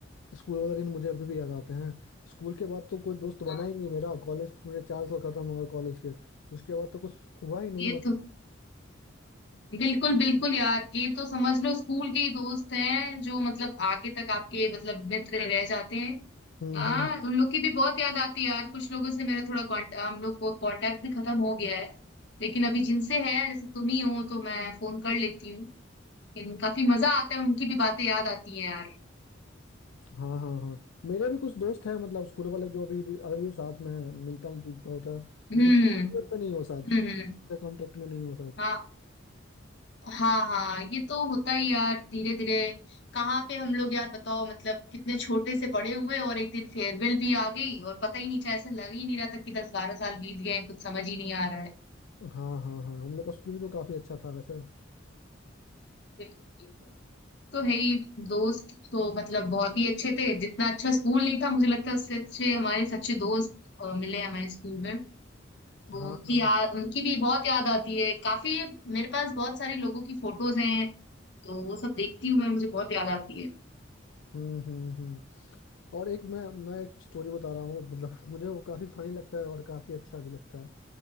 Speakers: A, on the left; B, on the left.
A: स्कूल वाला दिन मुझे अभी भी याद आते हैं स्कूल के बाद तो कोई दोस्त
B: हाँ,
A: बना ही नहीं मेरा कॉलेज मेरे चार साल खत्म हो गए कॉलेज के उसके बाद तो कुछ हुआ ही नहीं
B: ये
A: मतलब
B: तो बिल्कुल बिल्कुल यार ये तो समझ लो स्कूल के ही दोस्त हैं जो मतलब आगे तक आपके मतलब मित्र रह जाते हैं
A: हम्म
B: हाँ
A: हम्म
B: उन लोग की भी बहुत याद आती है यार कुछ लोगों से मेरा थोड़ा कॉन्ट हम लोग को कांटेक्ट भी खत्म हो गया है लेकिन अभी जिनसे है जैसे तुम ही हो तो मैं फोन कर लेती हूँ लेकिन काफी मजा आता है उनकी भी बातें याद आती है यार
A: हाँ हाँ हाँ मेरे भी कुछ दोस्त हैं मतलब स्कूल वाले जो अभी भी अभी भी साथ में हैं मिलता जुलता होता है
B: हम्म
A: लेकिन तुम लोग में नहीं हो साथ
B: हम्म हम्म,
A: कांटेक्ट में नहीं हो सकता
B: हाँ हाँ हाँ ये तो होता ही यार धीरे धीरे कहाँ पे हम लोग यार बताओ मतलब कितने छोटे से बड़े हुए और एक दिन फेयरवेल भी आ गई और पता ही नहीं चला ऐसे लग ही नहीं रहा था कि दस बारह साल बीत गए हैं, कुछ समझ ही नहीं आ रहा है
A: हाँ हाँ हाँ हम लोग का स्कूल भी तो काफी अच्छा था वैसे
B: बिल्कुल। तो है ही दोस्त तो मतलब बहुत ही अच्छे थे जितना अच्छा स्कूल नहीं था मुझे लगता है उससे अच्छे हमारे सच्चे दोस्त अ, मिले हमारे स्कूल में तो
A: हाँ
B: उनकी
A: हाँ
B: याद उनकी भी बहुत याद आती है काफी मेरे पास बहुत सारे लोगों की फोटोज हैं तो वो सब देखती हूँ मैं मुझे बहुत याद आती है
A: हम्म हम्म हम्म और एक मैं मैं एक स्टोरी बता रहा हूँ मतलब <laughs> मुझे वो काफी फनी लगता है और काफी अच्छा भी लगता है